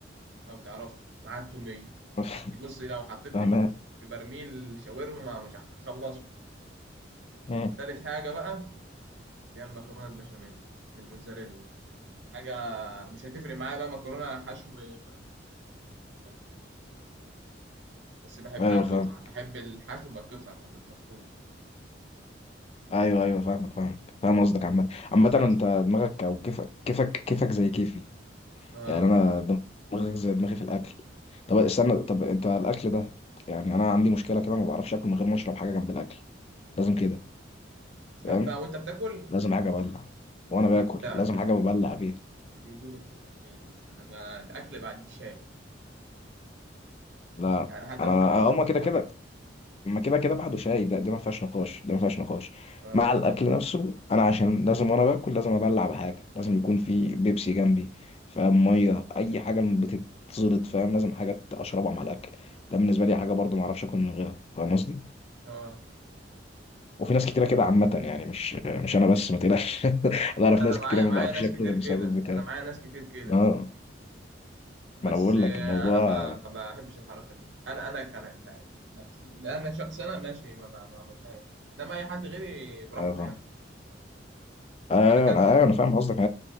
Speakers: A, on the right; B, on the left.
A: لو تعرفها معاها التومية
B: <laughs>
A: دي بص لو حطيتني
B: فاهمان
A: في برميل شاورما ما مش هخلصه
B: مم.
A: تالت حاجة بقى اللي هي المكرونة البشاميل بالموتزاريلا حاجة مش هتفرق معايا بقى مكرونة حشو فراخ بحبهم الاتنين بس بحبها
B: ايوه
A: قطعة
B: فاهم
A: بحب الحشو بقى قطعة ما بحبوش مفروض
B: ايوه ايوه فاهمك فاهمك فاهم قصدك عامة عامة
A: عشان
B: انت
A: استطعم
B: دماغك او كيفك كيفك كيفك زي كيفي
A: اه
B: يعني انا دماغك زي دماغي في الاكل طب استنى طب انت الاكل ده يعني انا عندي مشكلة كده ما بعرفش اكل من غير ما اشرب حاجة جنب الاكل لازم كده
A: جنبها
B: فاهم
A: وانت بتاكل
B: لازم حاجة ابلع وانا
A: وانت
B: باكل
A: لا
B: لازم
A: لا
B: حاجة ببلع بيها
A: دي دي نختلف فيها دي انا ما الاكل ما عنديش هاي.
B: لا
A: يعني حتى
B: انا
A: ممكن ما اشربش
B: هما كده
A: ميه
B: كده ما كده كده بعده شاي ده ده ما فيهاش نقاش ده ما فيهاش نقاش
A: اه
B: مع الاكل نفسه انا عشان لازم وانا باكل لازم ابلع بحاجه لازم يكون في بيبسي جنبي فاهم ميه اي حاجه بتتزلط فاهم لازم حاجه اشربها مع الاكل ده بالنسبه لي حاجه برضو ما اعرفش اكل من غيرها فاهم قصدي
A: اه
B: وفي ناس كتيره كده عامه يعني مش مش انا بس ما تقلقش <laughs> انا
A: لا
B: اعرف ناس
A: انا معايا
B: كتيره ما
A: معايا
B: بيعرفوش
A: ناس
B: ياكلوا
A: كتير
B: غير
A: كده
B: بسبب بتاع
A: انا معايا ناس كتير كده
B: اه
A: بس
B: ما انا بقول
A: آه،
B: لك الموضوع
A: انا ما ما بحبش الحركه دي انا انا كان ن- نفسي انا شخص انا ماشي ما ب- ما بعملهاش انما اي حد غيري براحته
B: ايوه فاهم
A: يعني
B: ايوه
A: انا كان
B: انا ايوه انا فاهم قصدك